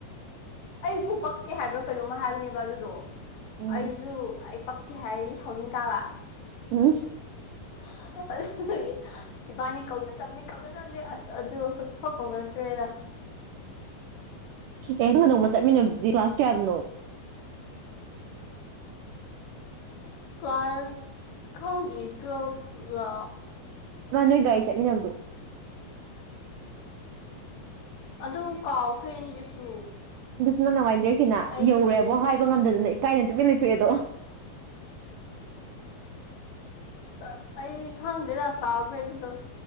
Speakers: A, on the left; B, on the right.
A: ꯑꯩꯕꯨ ꯄꯛꯇꯦ ꯍꯥꯏꯕ꯭ꯔꯥ ꯀꯩꯅꯣꯝꯃ ꯍꯥꯏꯕꯅꯦꯕ ꯑꯗꯨꯗꯣ
B: ꯎꯝ
A: ꯑꯩꯖꯨ ꯑꯩ ꯄꯛ ꯇꯦ ꯍꯥꯏꯔꯗꯤ ꯁꯥꯎꯅꯤꯡ ꯇꯥꯕ
B: ꯋꯨꯑꯨꯝ
A: <unintelligible> ꯏꯕꯥꯅꯤ ꯀꯧꯅ ꯗꯞꯗꯤ ꯀꯧꯅꯗꯕꯖꯦ ꯑꯁ ꯑꯗꯨ ꯍꯧꯖꯤꯛꯐꯥꯎ ꯀꯧꯅꯗ꯭ꯔꯦꯗ
B: ꯑꯦꯡꯒ ꯅꯣꯡꯃ ꯆꯠꯃꯤꯟꯅꯕꯗꯤ ꯀ꯭ꯂꯥꯁ ꯀꯌꯥꯅꯣ
A: ꯀ꯭ꯂꯥꯁ ꯈꯪꯗꯤꯌꯦ ꯇ꯭ꯋꯦꯜꯐ ꯂꯥ
B: ꯑꯒ ꯅꯣꯢ ꯒꯥꯔꯤ ꯆꯠꯃꯤꯟꯅꯕꯗꯣ
A: ꯑꯗꯨ ꯀꯥꯎꯈ꯭ꯔꯦ ꯑꯅꯤꯗꯨꯁꯨ
B: ꯑꯗꯨꯁꯨ ꯅꯪꯅ ꯋꯥꯔꯤ ꯂꯤꯔꯛꯈꯤꯅ
A: ꯑꯩꯒꯤ
B: ꯌꯧꯔꯦꯕꯣ ꯍꯥꯏꯕ ꯉꯝꯗꯗꯅ ꯏꯀꯥꯏꯅ ꯇꯨꯃꯤꯟ ꯂꯩꯊꯣꯛꯑꯦꯗꯣ
A: ꯑꯥ ꯑꯩ ꯈꯪꯗꯦꯗ ꯀꯥꯎꯈ꯭ꯔꯦ ꯑꯗꯨꯗꯣ